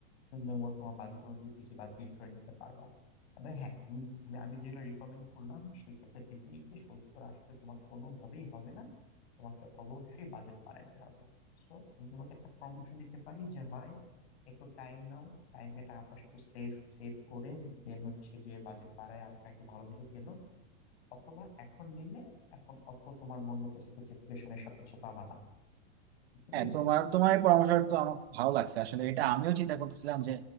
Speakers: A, on the left; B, on the right.
A: সুন্দর মতো তোমার বাজেট অনুযায়ী পিসি বাদ বিল্ড করে নিতে পারবা তবে হ্যাঁ তুমি যে- তুমি আমি যেগুলো রিকমেন্ড করলাম সেক্ষেত্রে ডেফিনেটলি সত্তর আশিতে তোমার কোনোভাবেই হবে না তোমাকে অবশ্যই বাজেট বাড়াইতে হবে সো আমি তোমাকে একটা পরামর্শ দিতে পারি যে হয় একটু টাইম নাও টাইম নিয়ে টাকা পয়সা একটু সেভ সেভ করে দেন হচ্ছে যে বাজেট বাড়ায় আর একটু ভালো দেখে কেনো অথবা এখন নিলে এখন অত তোমার মন মতো স্পেসিফিকেশনে সবকিছু পাবা না বুঝতে
B: হ্যাঁ
A: পেরেছো
B: তোমার তোমার এই পরামর্শটা তো আমার খুব ভালো লাগছে আসলে এটা আমিও চিন্তা করতেছিলাম যে